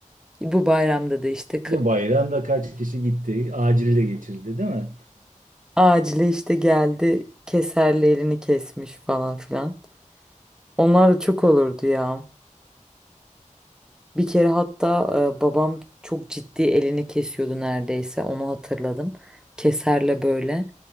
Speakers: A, in the centre; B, on the right.
A: Bu bayramda da işte k-
B: Bu bayramda kaç kişi gitti? Acil de geçirdi, değil mi?
A: acile işte geldi keserle elini kesmiş falan filan. Onlar da çok olurdu ya. Bir kere hatta e, babam çok ciddi elini kesiyordu neredeyse onu hatırladım. Keserle böyle